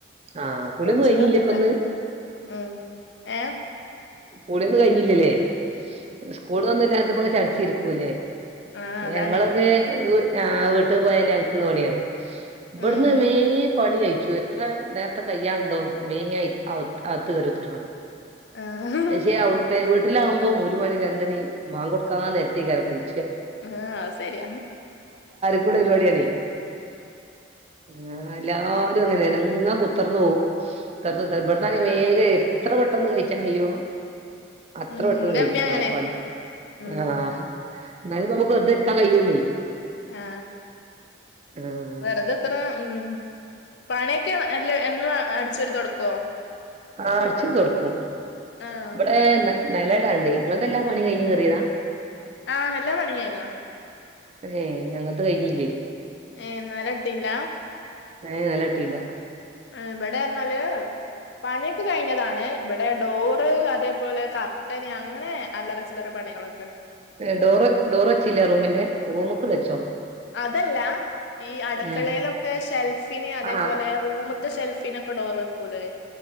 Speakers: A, on the right; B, on the left.
A: ആഹ് കുളിയൊന്നും
B: കുളിച്ചിട്ടൊന്നുമില്ല
A: കഴിഞ്ഞില്ല ഇപ്പന്ന്
B: ഉ ഏ ആ
A: കുളിയോന്നും കഴിഞ്ഞില്ലല്ലേ സ്കൂളൊന്നുംല്ലാത്ത ചടിച്ചിരിക്കൂല്ലേ
B: ആഹ് അതാണ്
A: ഞങ്ങളൊക്കെ ഒരു ആ വീട്ടിൽ പോയാല അക്കള് പണിയണേ ഇവിടുന്ന്
B: ഉം
A: മെയിൻ പണി കഴിക്കും എത്ര നേരത്തെ കയ്യുണ്ടോ മെ ആയി അത്ത് കരുത്തിറക്കണം
B: ആഹ്
A: പക്ഷെ വീട്ടിലാവുമ്പോ ഒരു മണി രണ്ടണി ബാങ്ക് കൊടുക്കാ നേരതെ ക്കാരൻ കുളി
B: ആ അയ് ശരി
A: എളുപ്പം പരിപാടിയാണ് ആ എല്ലാരും അങ്ങനെ തന്നെ ങ്ങനേ കുത്തിർന്നു പോവും കുത്തർന്ന് കുത്തർന്ന് ഇവിടുന്ന് ആണെങ്കിൽ
B: ആഹ്
A: വേഗ എത്ര പെട്ടെന്ന് കഴിച്ചാ കയ്യോ അത്ര
B: ഉം
A: പെട്ടെന്ന്
B: ഇന്റെമ്മീം
A: കഴിച്ചു ഇവിടെ
B: അങ്ങനെ
A: പണി
B: ഉം
A: ആ എന്നാലപ്പോ നമ്മക്ക് വെറുതരിക്കാൻ കഴിയുള്ളേ
B: ആ
A: ആഹ്
B: വെറുതെ കുത്തർന്ന ഉം പണിയൊക്കെ എല്ല എന്നും അടിച്ചു വാരി തുടകോ
A: ആ അടിച്ചെരി തുടക്കം
B: ആഹ്
A: ഇവിടെ നിലടാണ്ട് നിങ്ങതെല്ലാ പണി കഴിഞ്ഞ് കയറിയതാ
B: ആ എല്ലാം എല്ലാ പണിം കഴിഞ്ഞതാ
A: ഏ ഞങ്ങത് കഴിഞ്ഞില്ലേ
B: ഏ നേലം ഇട്ടിയില്ല
A: ഏ നിലം ഇട്ടിയില്ല
B: ആ ഇബടെ പറഞ്ഞാല് പണിയൊക്കെ കഴിഞ്ഞതാണ് ഇവടെ ഡോറ് അതേ പോലെ കർട്ടന് അങ്ങനെ അല്ലറാ ചില്ലറാ പണികളൊ
A: ഡോറ് ഡോറ് വെച്ചില്ലാ റൂമിന്റെ റൂമൊക്കെ വെച്ചോ
B: അതല്ലാ ഈ അടക്കളയിലൊക്കെ
A: ഏഹ്
B: ഷെൽഫിന് അതേപോലെ
A: ആഹ്
B: റൂമത്തെ ഷെൽഫി ഡോറ് വെക്കൂല്ലോ